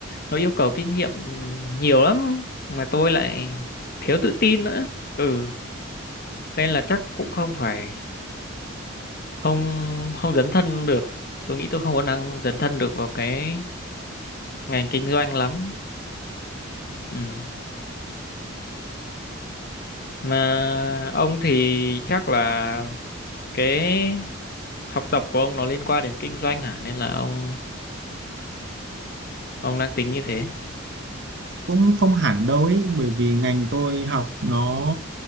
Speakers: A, on the left; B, on the right.
A: nó yêu cầu kinh nghiệm ừm, nhiều lắm mà tôi lại thiếu tự tin nữa ừ nên là chắc cũng không phải không không dấn thân được tôi nghĩ tôi không có năng dấn thân được vào cái ngành kinh doanh lắm ừ. mà ông thì chắc là cái học tập của ông nó liên quan đến kinh doanh hả nên là ông ông đang tính như thế
B: cũng không hẳn đâu ấy bởi vì ngành tôi học nó